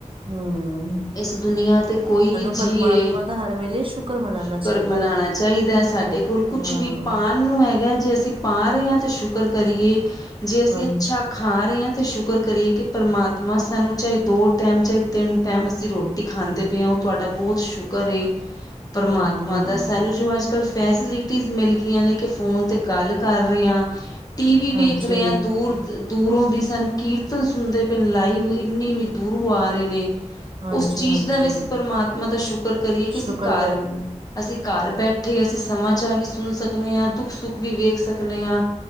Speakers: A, on the right; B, on the left.
A: ਹਾਂ ਅ-
B: ਇਸ ਦੁਨੀਆਂ ਤੇ ਕੋਈ ਵੀ ਜੀਅ
A: ਪਰਮਾਤਮਾ
B: ਏ,
A: ਦਾ ਹਰ ਵੇਲੇ ਸ਼ੁਕਰ ਮਨਾਣਾ
B: ਸ਼ੁਕਰ
A: ਚਾਹੀਦਾ
B: ਮਨਾਣਾ
A: ਹੈ
B: ਚਾਹੀਦਾ ਸਾਡੇ ਕੋਲ ਕੁਛ
A: ਹਾਂ।
B: ਵੀ ਪਾਣ ਨੂੰ ਹੈਗਾ ਜੇ ਅਸੀਂ ਪਾ ਰਹੇ ਹਾਂ ਤਾਂ ਸ਼ੁ ਕਰ ਕਰੀਏ ਜੇ ਅਸੀਂ
A: ਹਾਂਜੀ,
B: ਅੱਛਾ ਖਾ ਰਹੇ ਹਾਂ ਤੇ ਸ਼ੁਕਰ ਕਰੀਏ ਕਿ ਪਰਮਾਤਮਾ ਸਾਨੂੰ ਚਾਹੇ ਦੋ ਟੈਮ ਚਾਹੇ ਤਿੰਨ ਟੈਮ ਅਸੀਂ ਰੋਟੀ ਖਾ ਦੇ ਪਏ ਆ ਉਹ ਤੁਹਾਡਾ ਬਹੁਤ ਸ਼ੁਕਰ ਏ, ਪਰਮਾਤਮਾ
A: ਹਾਂ-ਹਾਂ,
B: ਦਾ ਸਾਨੂੰ ਜੋ ਅਜ ਅ ਫੈਸਿਲਿਟੀਜ਼ ਮਿਲ ਗਈਆਂ ਨੇ ਕਿ ਫੋਨ ਤੇ ਗੱਲ ਕਰ ਰਹੇ ਹਾਂ ਟੀ ਵੀ ਵੇਖ
A: ਹਾਂਜੀ,
B: ਰਹੇ ਹਾਂ ਦੂਰ ਦੂਰੋਂ ਦੀ ਸਾਨੂੰ ਕੀਰਤਨ ਸੁਣਦੇ ਪਏ, ਲਾਈਵ ਇੰਨੀ ਇੰਨੀ ਦੂਰੋਂ ਆ ਰਹੇ ਨੇ
A: ਹਾਂਜੀ-ਹਾਂਜੀ,
B: ਉਸ ਚੀਜ਼ ਦਾ ਵੀ ਅਸੀਂ ਪਰਮਾਤਮਾ ਦਾ ਸ਼ੁਕਰ ਕਰੀਏ ਕਿ
A: ਸ਼ੁਕਰ
B: ਅਸੀਂ ਘਰ,
A: ਕਰੀਏ।
B: ਅਸੀਂ ਘਰ ਬੈਠੇ ਅਸੀਂ ਸਮਾਚਾਰ ਵੀ ਸੁਣ ਸਕਨੇ ਆਂ ਦੁੱਖ ਸੁੱਖ ਵੀ ਵੇਖ ਸਕਨੇ ਆਂ